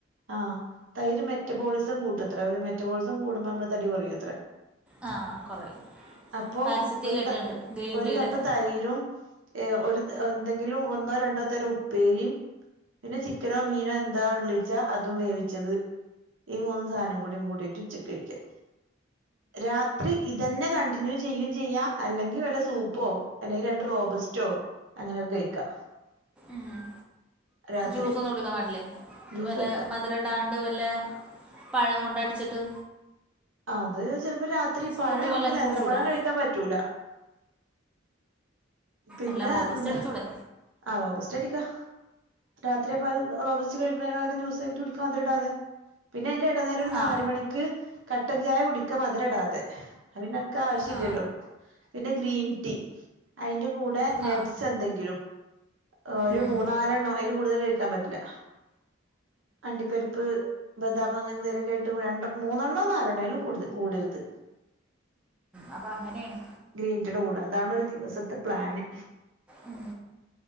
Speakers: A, on the right; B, in the centre.
A: ആഹ് തൈര് മെറ്റബോളിസം കൂട്ടത്രേ ഒരു മെറ്റബോളിസം കൂടുമ്പോ നമ്മള് തടി കുറിയൂത്രേ
B: ആ കുറയും
A: അപ്പോ
B: പരസ്യത്തിൽ
A: ഒരു
B: കേട്ടിട്ടുണ്ട്
A: ക
B: ഗ്രീൻ
A: ഒരു
B: ടീയുടെ
A: കപ് തൈരും ഏഹ് ഒരു എന്തെങ്കിലും ഒന്നോ രണ്ടോ തരം ഉപ്പേരിയും പിന്നെ ചിക്കനോ മീനോ എന്താ ഉള്ളിച്ചാ അതും വേവിച്ചത് ഈ മൂന്ന് സാനം കൂടി കൂട്ടിയിട്ട് ഉച്ചക്കഴിക്കാം രാത്രി ഇതന്നെ കണ്ടിന്യൂ ചെയ്യിം ചെയ്യാ അല്ലെങ്കിൽ വല്ല സൂപ്പോ അല്ലെ രണ്ട റോബസ്റ്റോ അങ്ങനെയൊക്കെയ്ക്കാ
B: ഏഹ്
A: രാത്രി
B: ജ്യൂസൊന്നും കൊടുക്കാൻ പാടില്ലേ
A: ജ്യൂസ്
B: വല്ല
A: പറ്റില്ല
B: മധുരടാണ്ട് വല്ല പഴം കൊണ്ടടിച്ചിട്ട്
A: അത് ചിലപ്പോ രാത്രി
B: സ്മൂത്തി
A: പഴം നമുക്ക്
B: പോലാക്കി
A: നേന്ത്രപ്പഴം
B: കുടിച്ചൂടെ
A: കഴിക്കാൻ പറ്റൂല പിന്നെ
B: അല്ല റോബസ്റ്റ്
A: എന്താ
B: അടിച്ചൂടെ
A: ആഹ് റോബസ്റ്റ്ടിക്കാ രാത്രി അപ്പ റോബസ്റ്റ് കഴിക്നയ്ന് പകരം ജൂസാക്കിട്ട് കുടിക മതിരടാതെ പിന്നെ അയ്ന്റെ ന്ന നേരം ഒരു നാല്മണിക്ക്
B: ആ
A: കട്ടൻ ചായ കുടിക്കാ മധുര ഇടാ തെ അയ്നൊക്കെ ആവശ്യ
B: ആ
A: ല്ലല്ലോ പിന്നെ ഗ്രീൻ ടീ അതിന്റെ കൂടെ നട്സ്
B: ആ
A: എന്തെങ്കിലും ഒരു
B: ഉം
A: മൂന്നാലെണ്ണം അയ്ല് കൂടുതൽ കയ്ക്കാൻ പറ്റില്ല അണ്ടിപ്പരിപ്പ് ബദാം അങ്ങനെന്തേലൊക്കെ ആയിട്ട് രണ്ട മൂന്നെണ്ണോ നാലെണ്ണേ അയ്ലും കൂടു കൂടരുത്
B: അപ്പൊ അങ്ങനെണ്
A: ഗ്രീൻറ്റടെ കൂട അതാണ് ഒരു ദിവസത്തെ പ്ലാന്
B: ഉം